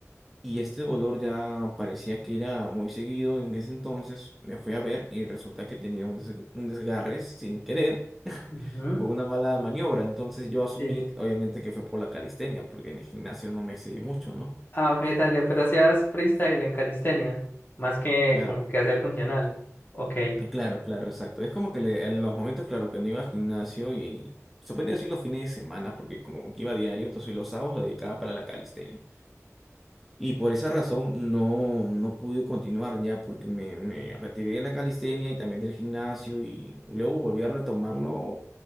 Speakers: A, in the centre; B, on the left (about 40°).
A: Y este dolor ya parecía que era muy seguido en ese entonces. Me fui a ver y resulta que tenía un, des- un desgarre sin querer
B: ujú,
A: fue una mala maniobra. Entonces yo asumí,
B: sí.
A: obviamente, que fue por la calistenia, porque en el gimnasio no me excedí mucho, ¿no?
B: Ah, ok, dale, pero hacías freestyle en calistenia, más que
A: Claro.
B: como que hacer funcional. Ok.
A: Claro, claro, exacto. Es como que le- en los momentos, claro, que no iba al gimnasio y se podría decir los fines de semana, porque como que iba diario, entonces los sábados lo dedicaba para la calistenia. Y por esa razón no, no pude continuar ya, porque me, me retiré de la calistenia y también del gimnasio y luego volví a retomarlo